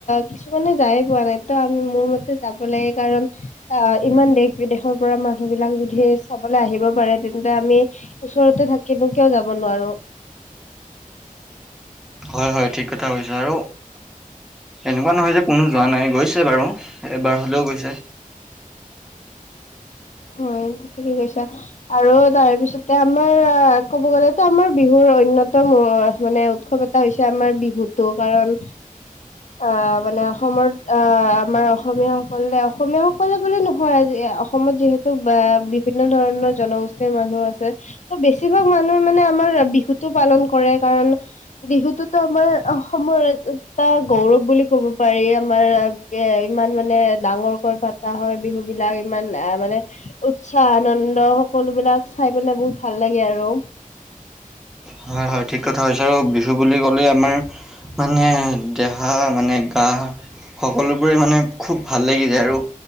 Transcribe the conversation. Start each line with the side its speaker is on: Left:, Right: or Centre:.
Left: কিছুমানে যায় পোৱা নাই ত আমি মোৰ মতে যাব লাগে কাৰণ আহ ইমান দেশ বিদেশৰ পৰা মানুহ বিলাক যদিহে চাবলৈ আহিব পাৰে তেন্তে আমি ওচৰতে থাকিনো কিয় যাব নোৱাৰো
Centre: হয় হয় ঠিক কথা কৈছা আৰু এনেকুৱা নহয় যে কোনো যোৱা নাই গৈছে বাৰু এবাৰ হ'লেও গৈছে
Left: হয় <unintelligible> গৈছা আৰু তাৰ পিছতে আমাৰ আহ ক'ব গ'লেতো আমাৰ বিহুৰ অন্যতম মানে উৎসৱ এট এটা হৈছে আমাৰ বিহুতো কাৰণ অ মানে অসমত অ আমাৰ অসমীয়াসকলে, অসমীয়াসকলে বুলি নহয় আজি অসমত যিহেতু বিভিন্ন ধৰণৰ জনগোষ্ঠীৰ মানুহ আছে ত' বেছিভাগ মানুহে মানে আমাৰ বিহুটো পালন কৰে কাৰণ বিহুটোতো আমাৰ অসমৰ এটা গৌৰৱ বুলি ক'ব পাৰি আমাৰ এ ইমান মানে ডাঙৰকৈ পতা হয় বিহু বিলাক ইমান এ মানে উৎসাহ আনন্দ সকলোবিলাক চাই পেলাই বহুত ভাল লাগে আৰু
Centre: হয় হয় ঠিক কথা কৈছা আৰু বিহু বুলি ক'লেই আমাৰ মানে দেহা মানে গা সকলোবোৰে মানে খুব ভাল লাগি যায় আৰু